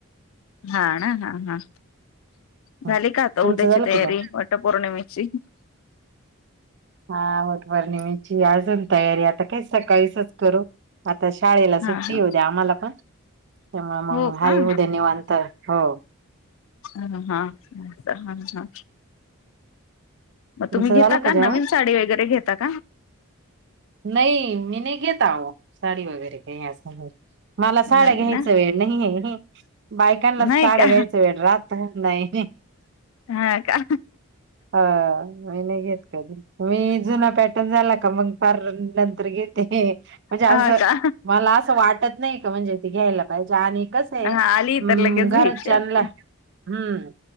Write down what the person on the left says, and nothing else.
हा ना हा हा
झाली का आता
उद्याची
तयारी
वट पौर्णिमेची?
हा हा
हो
का
हम्म हा ह हा. मग
तुम्ही घेता
का
नवीन साडी वगैरे घेता का?
नाही
ना
नाही का
हा का
हा का
हा आली
तर लगेच
घ्यायची
असते